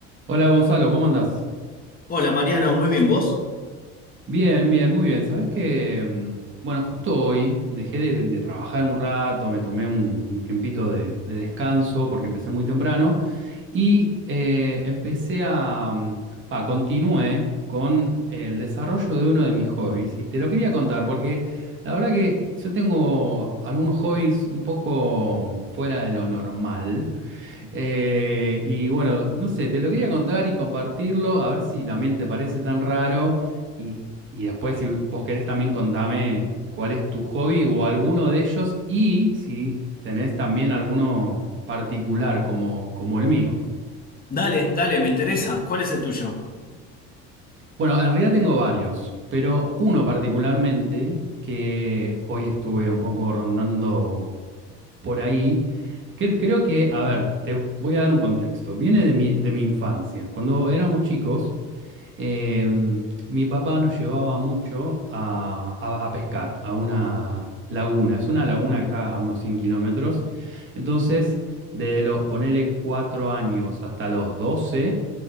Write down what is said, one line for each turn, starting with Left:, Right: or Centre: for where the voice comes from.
Right: Hola Gonzalo, ¿cómo andás?
Left: Hola Mariano, muy bien, ¿vos?
Right: Bien, bien, muy bien. Sabés que, mm, bueno, justo hoy dejé de, de trabajar un rato, me tomé un, un tiempito de, de descanso porque empecé muy temprano y eh, empecé a, mm, pa, continué con el desarrollo de uno de mis hobbies y te lo quería contar porque la verdad que yo tengo algunos hobbies un poco fuera de lo normal. Eh, y bueno, no sé, te lo quería contar y compartirlo, a ver si también te parece tan raro. Y, y después, si vos querés, también contame cuál es tu hobby o alguno de ellos y si tenés también alguno particular como, como el mío.
Left: Dale, dale, me interesa. ¿Cuál es el tuyo?
Right: Bueno, en realidad tengo varios, pero uno particularmente que hoy estuve un poco rondando por ahí. Cre- Creo que, a ver, te voy a dar un contexto. Viene de mi, de mi infancia. Cuando éramos chicos, Em, mi papá nos llevaba mucho a, a- a pescar, a una laguna. Es una laguna que está a unos 100 kilómetros. Entonces, de los, ponele, cuatro años hasta los 12,